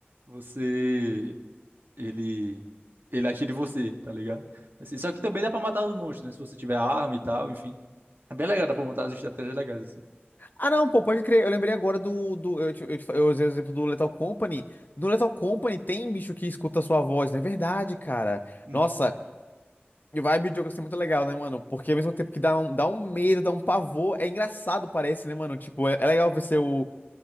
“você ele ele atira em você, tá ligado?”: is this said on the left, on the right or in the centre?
Right